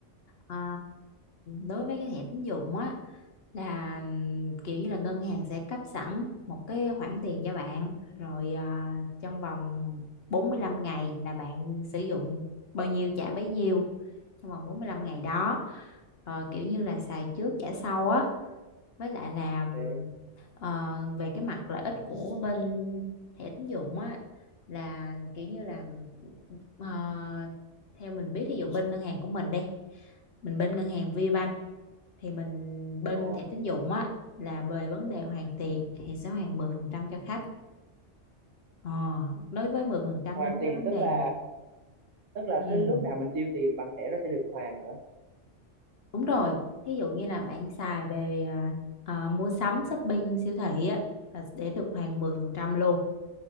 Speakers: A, on the left; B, on the right.
A: À, đối với cái thẻ tín dụng á là ừm, kiểu như là ngân hàng sẽ cấp sẵn một cái khoản tiền cho bạn rồi à, trong vòng 45 ngày là bạn sử dụng bao nhiêu trả bấy nhiêu trong vòng 45 ngày đó
B: Ừ.
A: Ờ, kiểu như là xài trước trả sau á với lại là
B: thế
A: Ờ, về cái mặt lợi ích của bên thẻ tín dụng á là kiểu như là ờ, theo mình biết ví dụ bên ngân hàng của mình đi mình bên ngân hàng VBank thì mình bên
B: ờ
A: thẻ tín dụng á là về vấn đề hoàn tiền thì sẽ hoàn 10% cho khách Ờ, đối với 10%
B: hoàn
A: đối với
B: tiền
A: vấn
B: tức
A: đề
B: là tức là
A: ừ,
B: cứ lúc nào mình tiêu tiền bằng thẻ nó sẽ được hoàn hả
A: đúng rồi thí dụ như là bạn xài về à, à, mua sắm shopping siêu thị á là để được hoàn 10% luôn